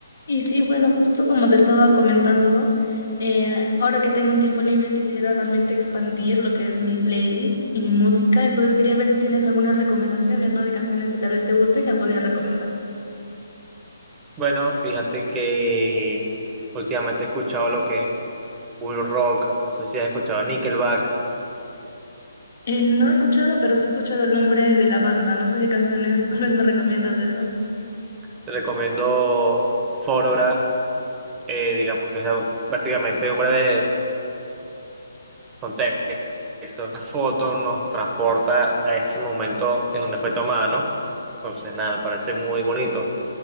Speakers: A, on the left; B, on the right.
A: Y sí, bueno, justo como te estaba comentando, eh, ahora que tengo un tiempo libre quisiera realmente expandir lo que es mi playlist y mi música, entonces quería ver si tienes algunas recomendaciones, ¿no? De canciones que tal vez te gusten que me podría recomendar.
B: Bueno, fíjate que últimamente he escuchado lo que es full rock, no sé si has escuchado a Nickelback,
A: Eh, no he escuchado, pero sí he escuchado el nombre de la banda, no sé qué canciones <laughs> tal vez me recomiendas de eso.
B: te recomiendo Photograph, eh, digamos que es básicamente un breve contexto. La foto nos transporta a ese momento en donde fue tomada, ¿no? Entonces, nada, me parece muy bonito.